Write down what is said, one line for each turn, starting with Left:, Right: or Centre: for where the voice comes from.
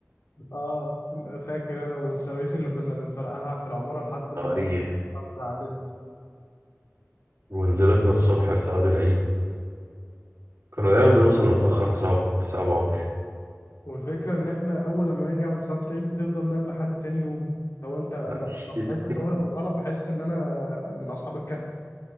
Left: اه فاكر انا والصواريخ اللي كنا بنفرقعها في العماره لحد ما
Right: طريخ
Left: تزعق لنا
Right: ونزلتنا الصبح لصلاه العيد كنا دايما بنوصل متاخر بسبب بسبب عمر
Left: والفكره ان احنا اول لما نرجع من صلاه العيد بتفضل نايم لحد ثاني يوم لو انت ب...
Right: أكيد.
Left: لو صحيت الظهر بالغلط بحس ان انا من اصحاب الكهف